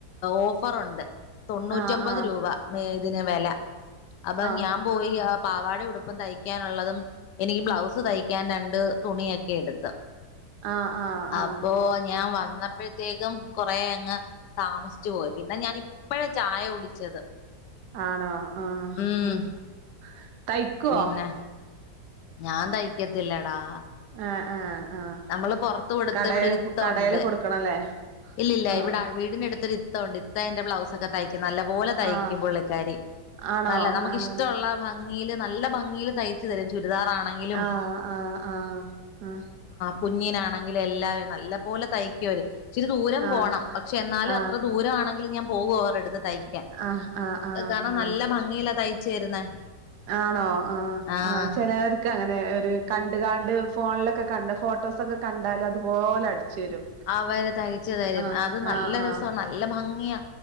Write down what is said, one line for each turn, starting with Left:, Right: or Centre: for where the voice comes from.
Left: ഓഫറുണ്ട് തൊണ്ണൂറ്റൊമ്പത്
Right: ആഹ് ആഹ് ആഹ്
Left: രൂപ ഇതിന് വില അപ്പൊ ഞാൻ
Right: ആഹ്
Left: പോയി ആഹ് പാവാടേം ഉടു പ്പ് തയ്ക്കാനുള്ളതും എനിക്ക് ബ്ലൗസ് തയ്ക്കാൻ രണ്ട് തുണിയൊക്കെ എടുത്ത്
Right: ആഹ് ആഹ്
Left: അപ്പൊ
Right: ആഹ്
Left: ഞാൻ വന്നപ്പോഴത്തേക്കും കൊറെ അങ്ങ് താമസിച്ചു പോയി പിന്നെ ഞാൻ ഇപ്പഴാ ചായ കുടിച്ചത്
Right: ആണോ ആഹ്
Left: ഉം
Right: ആഹ് തയ്ക്കുവോ
Left: പിന്നെ ഞാൻ തയ്ക്കത്തില്ലെടാ
Right: ആഹ് ആഹ് ആഹ്
Left: നമ്മള് പൊറത്ത് കൊടുത്ത്
Right: കടേല്
Left: ഇവിടെ ഒരു ഇത്തഉണ്ട്
Right: കടേല് കൊടുക്കണല്ലേ
Left: ഇല്ല ഇല്ല
Right: ആഹ്
Left: ഇവിടെ വീടിന്റെ അടുത്തൊരു ഇത്ത ഉണ്ട് ഇത്ത എന്റെ ബ്ലൗസ് ഒക്കെ തയ്ക്കും നല്ല പോലെ തയ്ക്കും
Right: ആഹ്
Left: പുള്ളിക്കാരി
Right: ആണോ
Left: നല്ല നമുക്ക്
Right: ആഹ്
Left: ഇഷ്ടഉള്ള ഭംഗിയില് നല്ല ഭംഗില് തയ്ച്ചു തരും ചുരിദാറാണെങ്കിലും
Right: ആഹ് ആഹ് ആഹ്
Left: കുഞ്ഞിനാണെങ്കില്ലും എല്ലാം നല്ല പോലെ തയ്ക്കുവര് ഇിരി ദൂരം
Right: ആഹ്
Left: പോണം പക്ഷെ എന്നാലും
Right: ആഹ്
Left: അത്ര ദൂരമാണെങ്കിലും ഞാൻ പോകുവും അവരുടെ അടുത്ത് തയ്ക്കാൻ
Right: ആഹ് ആഹ് ആഹ് ആഹ്
Left: കാണാൻ
Right: ആഹ്
Left: നല്ല ഭംഗിയിലാ തയ്യ്ച്ച് തരുന്നേ
Right: ആണോ ആ
Left: ആഹ്
Right: ആ ചിലർ ഒക്കെ അങ്ങനെ ഒരു കണ്ട് കാണ്ട് ഫോണിലൊക്കെ കണ്ട ഫോട്ടോസൊക്കെ കണ്ടാലും അതുപോലെ അടിച്ചു വരും
Left: അവര് തയ്ച്ച തരും
Right: ആഹ്
Left: അത് നല്ല
Right: ആഹ് ആഹ്
Left: രസ നല്ല ഭംഗിയാ